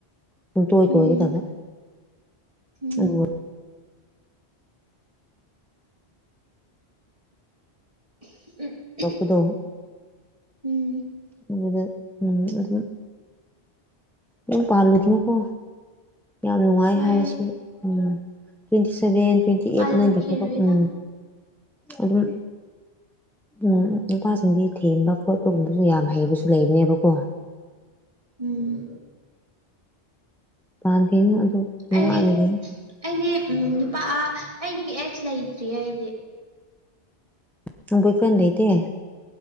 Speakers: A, in the centre; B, on the right.
A: ꯄꯨꯡꯇꯣꯏ
B: ꯎꯝ
A: ꯇꯣꯢꯒꯗꯕ
B: ꯎꯝ
A: ꯑꯗꯨ
B: <inaudible>
A: ꯋꯥꯄꯨꯗꯣ
B: ꯎꯝ
A: ꯑꯗꯨꯗ ꯎꯝ ꯑꯗꯨꯝ ꯌꯨꯝ ꯄꯥꯜꯂꯨꯈꯤꯅꯨ ꯀꯣ ꯌꯥꯝ ꯅꯨꯡꯉꯥꯏ
B: ꯍꯣꯏ
A: ꯍꯥꯏꯔꯁꯨ ꯎꯝ ꯇ꯭ꯋꯦꯟꯇꯤ ꯁꯚꯦꯟ ꯇ꯭ꯋꯦꯟꯇꯤ ꯑꯩꯠ
B: ꯄꯥꯜꯂꯨꯈꯤꯔꯣꯏꯗ
A: ꯅꯪꯒꯤ ꯊꯕꯛ ꯎꯝ ꯑꯗꯨꯝ ꯎꯝ ꯅꯨꯄꯥꯁꯤꯡꯗꯤ ꯊꯦꯝꯕ ꯈꯣꯠꯄꯒꯨꯝꯕꯁꯨ ꯌꯥꯝ ꯍꯩꯕꯁꯨ ꯂꯩꯕꯅꯦꯕꯀꯣ <inaudible>
B: ꯎꯝ
A: ꯄꯥꯟꯒꯦꯅꯨ ꯑꯗꯨ ꯅꯨꯡꯉꯥꯏꯅ
B: ꯑꯩ
A: ꯂꯩ
B: ꯑꯩꯗꯤ ꯅꯨꯄꯥ ꯑ ꯑꯩꯒꯤ ꯑꯦꯛꯁ ꯂꯩꯇ꯭ꯔꯤ ꯑꯩꯗꯤ
A: ꯅꯪ ꯕꯣꯢꯐ꯭ꯔꯦꯟ ꯂꯩꯇꯦ